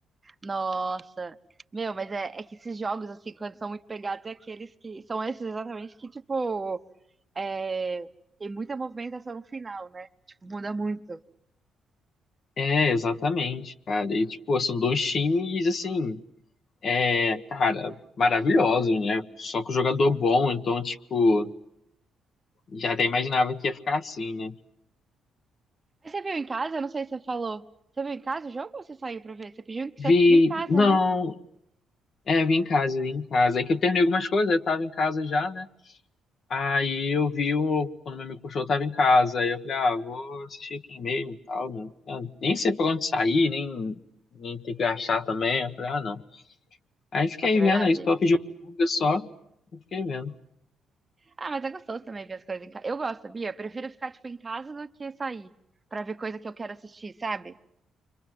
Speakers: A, on the right; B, on the left.
A: nossa! Meu, mas é, é que esses jogos, assim, quando são muito pegados, é aqueles que. São esses exatamente que, tipo. É, tem muita movimentação no final, né? Tipo, muda muito.
B: É, exatamente, cara. E, tipo, são dois times, assim, é, cara, maravilhosos, né? Só que o jogador bom, então, tipo, já até imaginava que ia ficar assim, né?
A: Mas você viu em casa? Eu não sei se você falou. Você viu em casa o jogo ou você saiu pra ver? Você pediu, você
B: Vi,
A: viu em casa,
B: não,
A: né?
B: É, eu vim em casa, vim em casa. É que eu terminei algumas coisas, eu tava em casa já, né? Aí eu vi o, quando meu amigo postou, eu tava em casa. Aí eu falei, ah, vou assistir aqui mesmo e tal, né? Eu nem sei pra onde sair, nem, nem ter que achar também. Eu falei, ah, não. Aí fiquei
A: Nossa, é verdade.
B: vendo isso, pra pedi uma música só. Eu fiquei vendo.
A: Ah, mas é gostoso também ver as coisas em casa. Eu gosto, sabia? Eu prefiro ficar, tipo, em casa do que sair pra ver coisa que eu quero assistir, sabe?